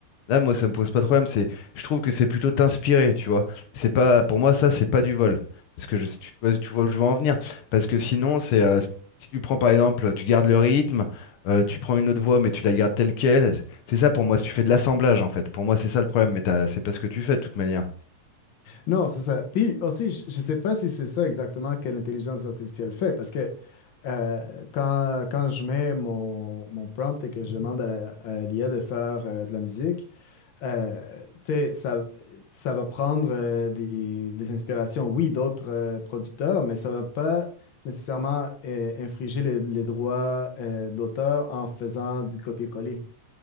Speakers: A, on the left; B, on the left.
A: Là, moi, ça me pose pas de problème. C'est, je trouve que c'est plutôt t'inspirer, tu vois. C'est pas, pour moi, ça, c'est pas du vol. Parce que je, tu, tu vois, tu vois où je veux en venir. Parce que sinon, c'est, euh, si tu prends par exemple, tu gardes le rythme, euh, tu prends une autre voix, mais tu la gardes telle quelle. C'est ça pour moi. Si tu fais de l'assemblage, en fait. Pour moi, c'est ça le problème. Mais t'as- c'est pas ce que tu fais de toute manière.
B: Non, c'est ça. Puis aussi, je ne sais pas si c'est ça exactement que l'intelligence artificielle fait, parce que euh, quand, quand je mets mon, mon prompt et que je demande à la- à l'IA de faire euh, de la musique, euh, tu sais, ça, ça va prendre euh, des, des inspirations, oui, d'autres euh, producteurs, mais ça va pas nécessairement euh, infriger les, les droits euh, d'auteur en faisant du copier-coller.